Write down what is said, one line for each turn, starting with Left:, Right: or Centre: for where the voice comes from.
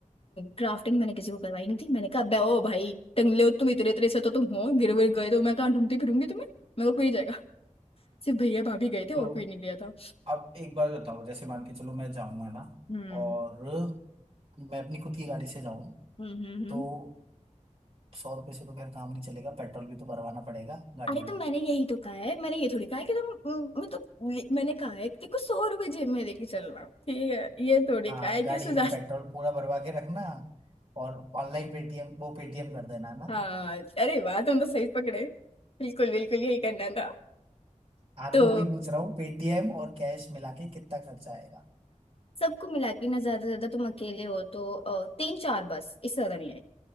Left: क्राफ्टिंग मैंने किसी को करवाई नहीं थी मैंने कहा "बे, ओ भाई टंगले हो तुम इतने इतने से तो तुम हो गिर गिर गए तो मैं कहाँ ढूंढती फिरूंगी तुम्हें मेरे को कोई नहीं जाएगा <laughs> सिर्फ भैया भाभी गए थे और
Right: तो
Left: कोई नहीं गया था
Right: अब एक बार बताओ जैसे मान के चलो मैं जाऊंगा ना
Left: हम्म
Right: और मैं अपनी खुद की गाड़ी से जाऊं
Left: हम्म हम्म हम्म।
Right: तो सौ रुपये से तो खैर काम नहीं चलेगा पेट्रोल भी तो भरवाना पड़ेगा गाड़ी
Left: अरे
Right: में
Left: तो मैंने यही तो कहा है मैंने ये थोड़ी कहा है कि तुम हम्म, मतलब ले- मैंने कहा है कि देखो सौ रुपए जेब में लेके चलना ठीक है ये थोड़ी
Right: हाँ
Left: कहा है कि
Right: गाड़ी
Left: उससे ज्यादा
Right: में पेट्रोल पूरा भरवा के रखना और ऑनलाइन पेटीएम वो पेटीएम कर देना है ना
Left: हाँ अरे वाह तुम तो सही पकड़े बिल्कुल बिल्कुल यही करना था
Right: हाँ
Left: तो
Right: तो वही पूछ रहा हूँ पेटीएम और कैश मिला के कितना खर्चा आएगा
Left: सबको मिला के ना ज्यादा से ज्यादा तुम अकेले हो तो अ, तीन चार बस इससे ज्यादा नहीं